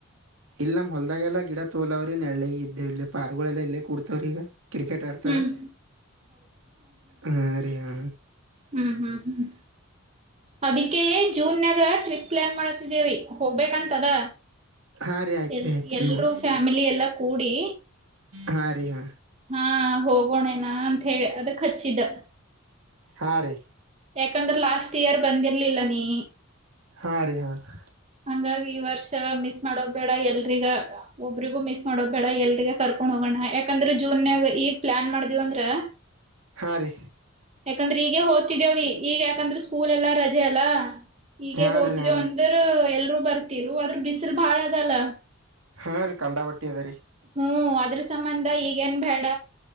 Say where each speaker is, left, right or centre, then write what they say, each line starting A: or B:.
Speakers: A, on the right; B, on the right.
A: ಇಲ್ಲ್ ನಮ್ ಹೊಲದಾಗೆಲ್ಲ ಗಿಡ ತೋಲಾವ್ರಿ ನಳ್ಳಿ ಇದ್ದ ಇಲ್ಲಿ ಪಾರ್ವಾಳಗಳೆಲ್ಲ ಇಲ್ಲೇ ಕೂರ್ತವ್ರಿ ಈಗ ಕ್ರಿಕೆಟ್ ತಡ್ತವೆ
B: ಹ್ಮ್
A: ಹಾ ರಿ ಹಾ
B: ಹ್ಮ್ ಹ್ಮ್ ಹ್ಮ್ ಅದಿಕ್ಕೇ ಜೂನ್ ನ್ಯಾಗ ಟ್ರಿಪ್ ಪ್ಲಾನ್ ಮಾಡತಿದ್ದೇವಿ ಹೋಗ್ಬೇಕಂತದ
A: ಹಾ ರೀ ಆಯ್ತ್ರಿ
B: ಎಲ್
A: ಆಯ್ತ್ರಿ
B: ಎಲ್ರುೂ
A: ನೋಡ್
B: ಫ್ಯಾಮಿಲಿ ಎಲ್ಲಾ ಕೂಡಿ
A: ಹಾ ರೀ ಹಾ.
B: ಹಾ ಹೋಗೋಣೇನಾ ಅಂತ ಹೇಳಿ ಅದಕ್ ಹಚ್ಚಿದ್ದ.
A: ಹಾ ರೀ
B: ಯಾಕಂದ್ರ ಲಾಸ್ಟ್ ಇಯರ್ ಬಂದಿರ್ಲಿಲ್ಲ ನೀ
A: ಹಾ ರೀ ಹಾ ರ
B: ಹಂಗಾಗಿ ಈ ವರ್ಷ ಮಿಸ್ ಮಾಡೋದ್ ಬೇಡ ಎಲ್ರಿಗ ಒಬ್ರಿಗೂ ಮಿಸ್ ಮಾಡೋದ ಬೇಡ ಎಲ್ರಿಗ ಕರ್ಕೊಂಡ್ ಹೋಗಣ ಯಾಕಂದ್ರೆ ಜೂನ್ಯಾಗ ಈಗ್ ಪ್ಲಾನ್ ಮಾಡ್ದಿವವ ಅಂದ್ರ <unintelligible>
A: ಹಾ ರೀ
B: ಯಾಕಂದ್ರೆ ಈಗಗೆ ಹೋಗ್ತಿದೇವೀ ಈಗ ಯಾಕಂದ್ರ ಸ್ಕೂಲ್ ಎಲ್ಲಾ ರಜೆ ಅಲ್ಲಾ ಈಗಗೆ
A: ಹಾ
B: ಹೋಗ್ತಿದೇವ
A: ರೀ ಹಾ
B: ಅಂದ್ರ ಎಲ್ರುೂ ಬರ್ತಿರು ಆದದ್ರ ಬಿಸಿಲು ಬಾಳ ಅದಲ್ಲ
A: ಹಾ ರೀ ಕಂಡಾ ಬಟ್ಟಿ ಅದ ರೀ
B: ಹ್ಮ್ ಅದ್ರ ಸಂಬಂಧ ಈಗೇನ್ ಬೇಡ